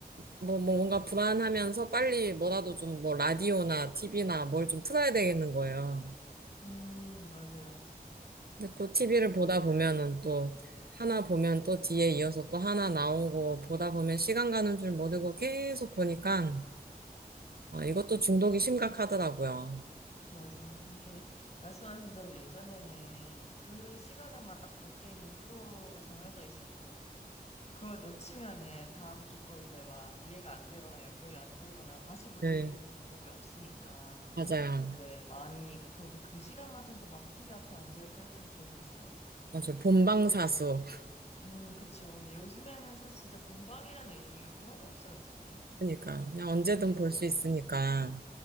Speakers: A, on the right (about 70°); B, on the left (about 40°).
A: 뭐 뭐 뭔가 불안하면서 빨리 뭐라도 좀 뭐 라디오나 TV나 뭘 좀 틀어야 되겠는 거예요.
B: 음, 맞아요.
A: 근데 또 TV를 보다 보면은 또 하나 보면 또 뒤에 이어서 또 하나 나오고 보다 보면 시간 가는 줄 모르고 계속 보니까 아, 이것도 중독이 심각하더라고요.
B: 맞아요. 이게 말씀하신 대로 예전에는 그 시간에만 딱 볼 수 있는 프로가 정해져 있었고, 그걸 놓치면은 다음 주 거 이제 막 이해가 안 되거나 연결이 안 되거나 다시 볼
A: 네,
B: 수 있는 방법이 없으니까
A: 맞아요.
B: 되게 많이, 그- 저도 그 시간 맞춰서 막 TV 앞에 앉아있고 했던 기억이 있어요.
A: 맞아요. 본방사수. <laughs>
B: 음, 그쵸. 근데 요즘에는 사실 진짜 본방이라는 의미가 거의 없어졌잖아요.
A: 그러니까 그냥 언제든 볼 수 있으니까.